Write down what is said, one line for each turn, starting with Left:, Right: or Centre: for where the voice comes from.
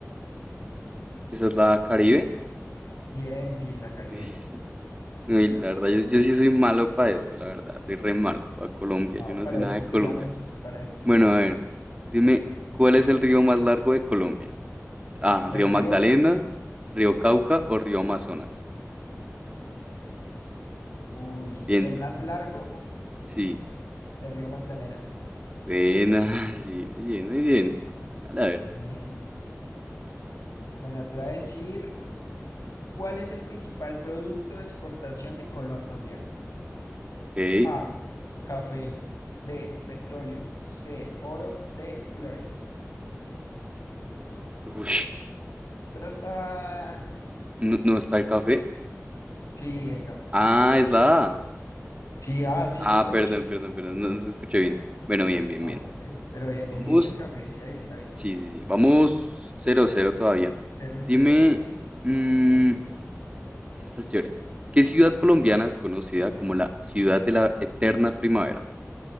Right: esa es la Caribe. <laughs>
Left: Bien, sí, la Caribe.
Right: Sí. No, y la verdad, yo, yo sí soy malo para esto, la verdad. Soy re malo para Colombia.
Left: No,
Right: Yo no
Left: para
Right: sé nada
Left: eso estudiamos,
Right: de Colombia.
Left: para eso estudiamos.
Right: Bueno, a ver, dime, ¿cuál es el río más largo de Colombia? A,
Left: El
Right: Río
Left: río,
Right: Magdalena, Río Cauca o Río Amazonas.
Left: uy,
Right: Piensa.
Left: el más largo,
Right: Sí.
Left: el río Magdalena.
Right: Buena, <laughs> sí, muy bien, muy bien. Dale, a ver.
Left: Bien. Bueno, te voy a decir cuál es el principal producto de exportación de Colombia.
Right: Ok.
Left: A, café. B, petróleo. C, oro. D, flores.
Right: Ush,
Left: Esa está,
Right: no, no está el café.
Left: Sí, el café,
Right: Ah,
Left: bien.
Right: es la A.
Left: Sí, ah, sí,
Right: Ah,
Left: ¿no me escuchaste?
Right: perdón, perdón, perdón. No, no se escuché bien. Bueno, bien, bien,
Left: Ah,
Right: bien.
Left: Ok, pero bien, me
Right: Vamos.
Left: dijiste el café, sí, ahí está bien.
Right: Sí, sí, sí. Vamos Cero, cero, todavía.
Left: Cero, cero
Right: Dime.
Left: todavía, sí.
Right: mm, esta es chévere. ¿Qué ciudad colombiana es conocida como la ciudad de la eterna primavera?